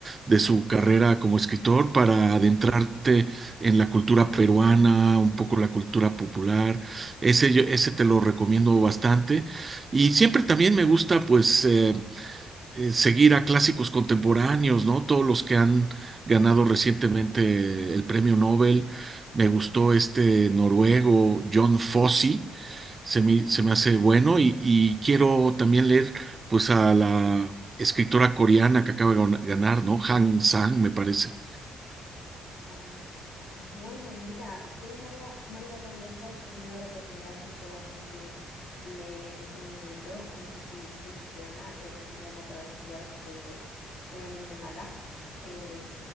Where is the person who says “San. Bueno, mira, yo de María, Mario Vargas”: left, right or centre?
Left